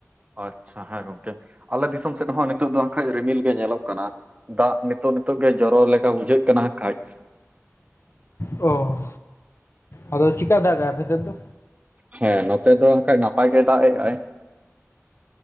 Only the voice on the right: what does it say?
ᱟᱪᱪᱷᱟ ᱦᱮᱸ ᱜᱚᱝᱠᱮ ᱟᱞᱮ ᱫᱤᱥᱚᱢ ᱥᱮᱫ ᱦᱚᱸ ᱱᱤᱛᱚᱜ ᱫᱚ ᱱᱟᱜᱠᱷᱟᱡ ᱨᱤᱢᱤᱞ ᱜᱮ ᱧᱮᱞᱚᱜ ᱠᱟᱱᱟ᱾ ᱫᱟᱜ ᱱᱤᱛᱚᱜ ᱱᱤᱛᱚᱜ ᱜᱮ ᱡᱚᱨᱚ ᱞᱮᱠᱟ ᱵᱩᱡᱷᱟᱹᱜ ᱠᱟᱱᱟ ᱦᱟᱜ ᱠᱷᱟᱡ᱾
ᱦᱮᱸ ᱱᱚᱛᱮ ᱫᱚ ᱚᱱᱠᱟ ᱱᱟᱯᱟᱭ ᱜᱮᱭ ᱫᱟᱜ ᱮᱜ ᱟᱭ᱾